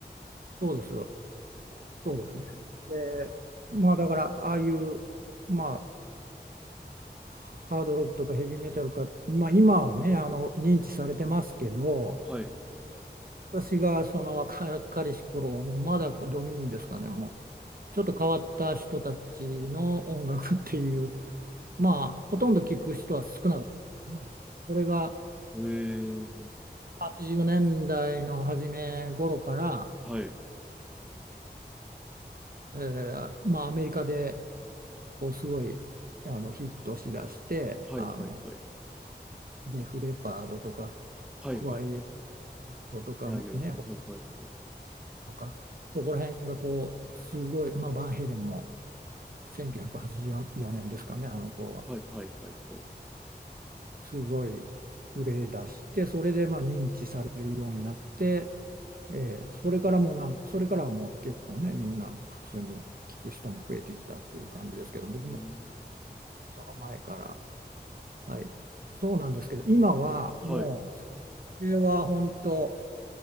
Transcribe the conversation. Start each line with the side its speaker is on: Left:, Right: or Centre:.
Right: そうです。そうですね。で、まあだから、ああいう、まあ、ハードロックとかヘビーメタルか、まあ今はね、あの、認知されてますけど、
Centre: はい。
Right: 私がその若かりし頃は、もうまだどういうんですかね、もう、ちょっと変わった人たちの音楽っていう、まあ、ほとんど聞く人は少なかったですね。それが
Centre: へえ。
Right: 80年代の初め頃から、
Centre: はい。
Right: えーあまあ、アメリカでこうすごいあのヒットしだしてあの
Centre: はいはいはい。
Right: デフレパードとか
Centre: はいはいはい。
Right: クワイエットとかねほ
Centre: ライオット。はいはいはい。
Right: とかそこら辺がこうすごい、まあ、バンヘレンも1984年ですかねあの頃は
Centre: はいはいはいはい。
Right: すごい売れ出してそれでまあ認知されるようになって、えーそれからもうなんかそれからはもう結構ねみんな普通に聞く人も増えてきたっていう感じですけど僕も
Centre: へえ。
Right: その前から。はい、そうなんですけど、今はもう、
Centre: はい。
Right: それは本当、